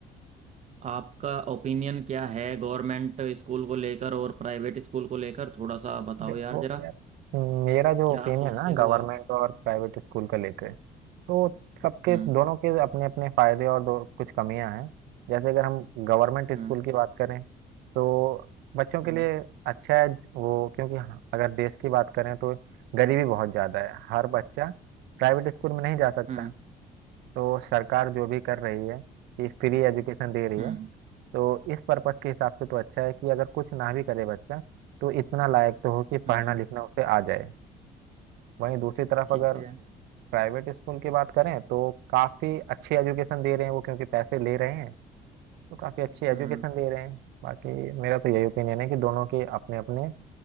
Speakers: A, on the right; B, on the right.
A: आपका ओपिनियन क्या है गवर्नमेंट स्कूल को लेकर और प्राइवेट स्कूल को लेकर थोड़ा सा बताओ
B: देखो
A: यार जरा
B: यार हम्म, मेरा जो
A: क्या
B: ओपिनियन
A: सोचते
B: है ना
A: हो
B: गवर्नमेंट
A: आप
B: और प्राइवेट स्कूल का लेकर तो सबके
A: हम्म
B: दोनों के अपने अपने फायदे और दो कुछ कमियां हैं जैसे अगर हम गवर्नमेंट
A: हम्म
B: स्कूल की बात करें तो बच्चों के
A: हम्म
B: लिए अच्छा है वो क्योंकि हाँ, अगर देश की बात करें तो गरीबी बहुत ज़्यादा है हर बच्चा प्राइवेट स्कूल में नहीं जा सकता
A: हम्म
B: तो सरकार जो भी कर रही है ये फ्री एजुकेशन दे रही
A: हम्म
B: है तो इस पर्पस के हिसाब से तो अच्छा है कि अगर कुछ ना भी करे बच्चा तो इतना लायक तो हो कि
A: हम्म,
B: पढ़ना
A: हम्म,
B: लिखना उसे आ जाए वहीं दूसरी तरफ
A: ठीक
B: अगर
A: है
B: प्राइवेट स्कूल की बात करें तो काफ़ी अच्छी एजुकेशन दे रहे हैं वो क्योंकि पैसे ले रहे हैं तो काफ़ी अच्छी एजुकेशन
A: हम्म
B: दे रहे हैं बाकी मेरा तो यही ओपिनियन है कि दोनों के अपने अपने